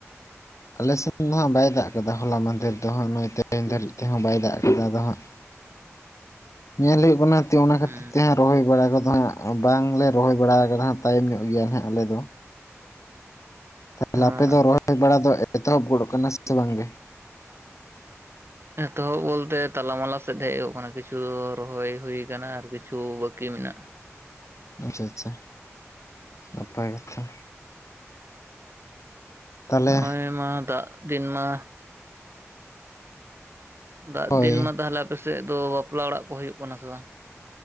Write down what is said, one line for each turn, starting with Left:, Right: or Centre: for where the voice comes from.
Left: ᱟᱞᱮᱥᱮᱱ ᱫᱚ ᱦᱟᱸᱜ ᱵᱟᱭ ᱫᱟᱜ ᱠᱟᱫᱟ ᱦᱚᱞᱟ ᱢᱟᱫᱷᱮᱨ ᱫᱚ ᱦᱟᱸᱜ ᱱᱚᱳᱭ ᱛᱮᱦᱮᱧ ᱫᱷᱟᱹᱨᱤᱡ ᱛᱮᱦᱚᱸ ᱵᱟᱭ ᱫᱟᱜ ᱠᱟᱫᱟ, ᱟᱫᱚ ᱦᱟᱸᱜ ᱧᱮᱞ ᱦᱩᱭᱩᱜ ᱠᱟᱱᱟ ᱚᱱᱟ
Right: ᱦᱩᱸ,
Left: ᱠᱷᱟᱹᱛᱤᱨ ᱛᱮ ᱦᱟᱸᱜ ᱨᱚᱦᱚᱭ ᱵᱟᱲᱟ ᱠᱚᱫᱚ ᱦᱟᱸᱜ ᱵᱟᱝᱞᱮ ᱨᱚᱦᱚᱭ ᱵᱟᱲᱟ ᱠᱟᱫᱟ ᱦᱟᱸᱟᱜ, ᱛᱟᱭᱚᱢ ᱧᱚᱜ ᱜᱮᱭᱟ ᱱᱟᱦᱟᱸᱜ ᱟᱞᱮ ᱫᱚ᱾ ᱛᱟᱦᱚᱞᱮ
Right: ᱦᱮᱸ
Left: ᱟᱯᱮ ᱫᱚ ᱨᱚᱦᱚᱭ ᱵᱟᱲᱟ ᱫᱚ ᱮᱛᱚᱦᱚᱵ ᱜᱚᱫᱚᱜ ᱠᱟᱱᱟ ᱥᱮ ᱵᱟᱝᱜᱮ?
Right: ᱮᱛᱚᱦᱚᱵ ᱵᱚᱞᱛᱮ ᱛᱟᱞᱟ ᱢᱟᱞᱟ ᱥᱮᱫ ᱦᱮᱡ ᱠᱟᱱᱟ ᱠᱤᱪᱷᱩ ᱨᱚᱦᱚᱭ ᱦᱩᱭ ᱠᱟᱱᱟ, ᱟᱨ ᱠᱤᱪᱷᱩ ᱵᱟᱹᱠᱤ ᱢᱮᱱᱟᱜᱼᱟ᱾
Left: ᱟᱪᱪᱷᱟ ᱟᱪᱪᱷᱟ ᱱᱟᱯᱟᱭ ᱠᱟᱛᱷᱟ᱾ ᱛᱟᱦᱚᱞᱮ
Right: ᱱᱚᱜᱼᱚᱭ ᱢᱟ ᱫᱟᱜ ᱫᱤᱱ ᱢᱟ ᱫᱟᱜ
Left: ᱦᱳᱭ
Right: ᱫᱤᱱ ᱢᱟ ᱛᱟᱦᱚᱞᱮ ᱟᱯᱮᱥᱮᱫ ᱫᱚ ᱵᱟᱯᱞᱟ ᱚᱲᱟᱜ ᱠᱚ ᱦᱩᱭᱩᱜ ᱠᱟᱱᱟ ᱥᱮ ᱵᱟᱝ?